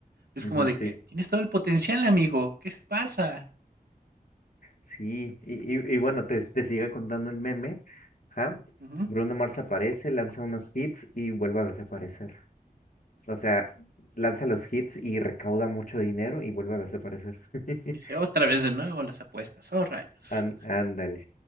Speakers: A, on the right; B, on the left.
A: es
B: ujú,
A: como de que
B: sí,
A: tienes todo el potencial, amigo, ¿qué se pasa?
B: sí. Y, y- y bueno, te, te sigue contando el meme. Ajá.
A: Ujú.
B: Bruno Mars aparece, lanza unos hits y vuelve a desaparecer. O sea, lanza los hits y recauda mucho dinero y vuelve a desaparecer. <laughs>
A: Dice, otra vez de nuevo las apuestas, oh rayos.
B: An- ándale.